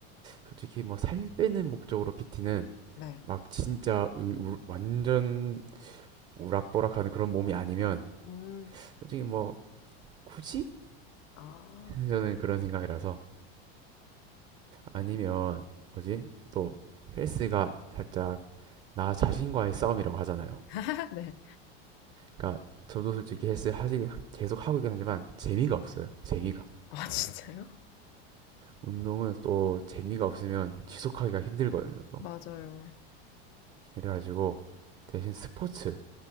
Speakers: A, on the right (about 20°); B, on the left (about 40°).
A: 솔직히 뭐 살 빼는 목적으로 PT는
B: 네.
A: 막 진짜 의- 우- 완전 우락부락하는 그런 몸이 아니면
B: 음,
A: 솔직히 뭐 굳이
B: 아.
A: <laughs> 저는 그런 생각이라서 아니면 뭐지 또 헬스가 살짝 나 자신과의 싸움이라고 하잖아요.
B: <laughs> 네.
A: 그러니까 저도 솔직히 헬스 하지 계속 하고 있긴 하지만 재미가 없어요. 재미가.
B: 아, 진짜요?
A: 운동은 또 재미가 없으면 지속하기가 힘들거든요, 또.
B: 맞아요.
A: 그래가지고 대신 스포츠